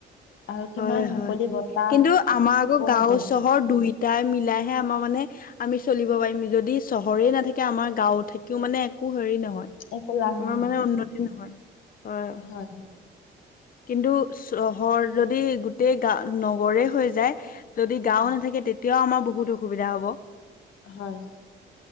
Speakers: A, on the left (about 75°); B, on the left (about 45°).
A: আৰু কিমান
B: হয়,
A: মুকলি
B: হয়!
A: বতাহ
B: কিন্তু, আমাৰ আকৌ,
A: পোৱা
B: গাওঁ-চহৰ
A: যায়
B: দুইটাই মিলাইহে, আমাৰ মানে, আমি চলিব পাৰিম। যদি, চহৰেই নাথাকে, আমাৰ গাঁওত থাকিও মানে, একো হেৰি নহয়।
A: একো লাভ
B: আমাৰ
A: নহয়
B: মানে উন্নতি নহয়। হয়!
A: হয়!
B: কিন্তু, চহৰ যদি, গোটেই গা, নগৰে হৈ যায়! যদি,
A: হয়
B: গাওঁ নাথাকে, তেতিয়াও আমাৰ বহুত অসুবিধা হ'ব।
A: হয়!